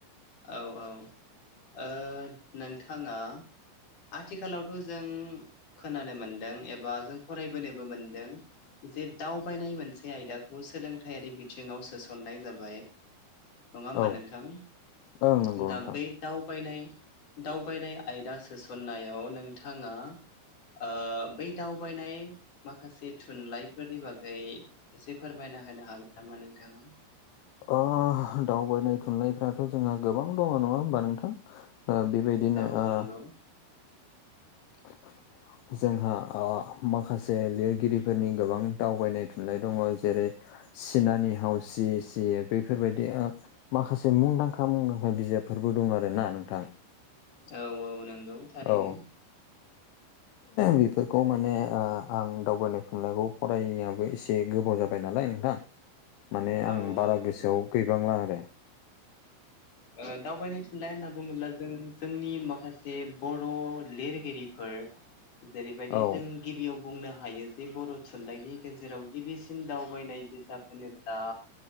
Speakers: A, on the left (about 45°); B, on the left (about 80°).
A: औ औ नोंथाङा आथिखालावथ' जों खोनानो मोनदों एबा जों फरायबोनोबो मोनदों जे दावबायनाय मोनसे आयदाखौ सोलोंथायारि बिथिङाव सोसननाय जाबाय नङा होमबा
B: औ
A: नोंथां
B: ओं नंगौ
A: दा
B: नोंथां
A: बै दावबायनाय दावबायनाय आयदा सोसननायाव नोंथाङा ओ बै दावबायनाय माखासे थुनलाइफोरनि बागै एसे फोरमायना होनो हागोन नामा नोंथाङा।
B: अ दावबायनाय थुनलाइफ्राथ' जोंहा गोबां दङ' नङा होमबा नोंथां। ओ बेबायदिनो
A: औ
B: ओ
A: नंगौ
B: <inaudible> जोंहा ओ माखासे लिरगिरिफोरनि गोबां दावबायनाय थुनलाइ दङ' जेरै चीनानि हाव चिये चिये बेैफोर बायदि ओ माखासे मुंदांखा मुंदांखा बिजाबफोरबो दं आरो ना नोंथां।
A: औ औ नंगौ। थारैनो
B: औ। <inaudible> बेफोरखौ माने ओ आं दावबायनाय थुनलाइखौ फरायियाबो एसे गोबाव जाबाय नालाय नोंथां। माने
A: औ
B: आं बारा
A: औ
B: गोसोआव
A: नंगौ
B: गैबांला आरो।
A: ओ दावबायनो थुनलाइ होनना बुङोब्ला जों जोंनि माखासे बर' लिरगिरिफोर जेरैबायदि
B: औ
A: जों गिबियाव बुंनो हायो जे बर' थुनलाइनि गेजेराव गिबिसिन दावबायनाय बिजाब होनो दा